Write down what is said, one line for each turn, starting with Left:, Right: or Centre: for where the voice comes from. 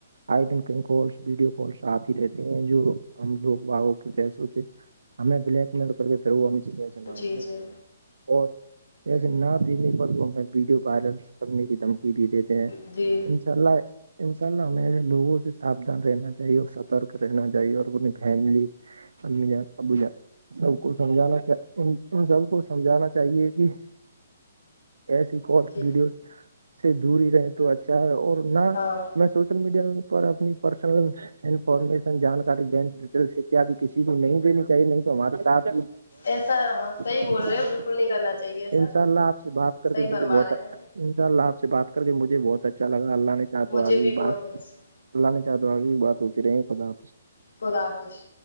Right: آئے دن کئی کالس ویڈیو کالس آ ہی رہتے ہیں جو ہم لوگ ووں کے پیسوں سے ہمیں بلیک میل کر کے پھر وہ سے کیسے ن
Left: جی جی
Right: اور کیسے ننے کو ہمیں ویڈیو وائرل کرنے کی دھمکی بھی دیتے ہیں
Left: جی
Right: ان شاء اللہ انشاء اللہ ہمیشہ لوگوں سے ساوھان رہنا چاہیے اور سترک رہنا چاہیے اور اپنی فیملی امی جان ابو جان سب کو سمجھانا ان سب کو سمجھانا چاہیے کہ ایسی کالس
Left: جی
Right: ویڈیوز سے دور ہی رہے تو اچھا ہے اور نہ
Left: ہاں
Right: میں سوشل میڈیا پر اپنی پرسنل انفارمیشن جانکاری بینک ڈیٹیل سے کیاب کسی کو نہیں دینی چاہیے نہیں تو ہمارے ساتھ
Left: ایسا ہاں صحیح
Right: تا
Left: بول رہے ہو
Right: ہے
Left: بالکل نہیں کرنا چاہیے ایسا
Right: ان شاء اللہ آپ سے بات کر
Left: صحیح
Right: مجھے
Left: فرما
Right: بہت
Left: رہے ہیں
Right: ان شاء اللہ آپ سے بات کر کے مجھے بہت اچھا لگا اللہ نے چاہ تو
Left: مجھے
Right: آگئی
Left: بھی
Right: ہو
Left: بہت
Right: بات
Left: اچھا
Right: اللہ نے چاہ تو آگئی ہوئی بات ہوتی رہی خدا
Left: خدافش